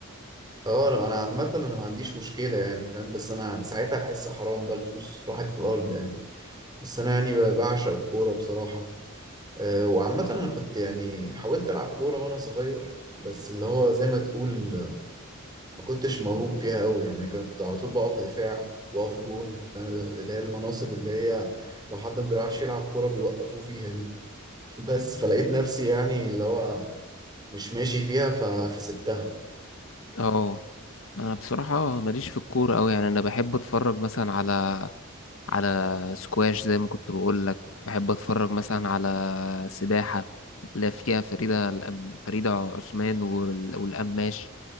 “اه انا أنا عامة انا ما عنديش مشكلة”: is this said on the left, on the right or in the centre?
Right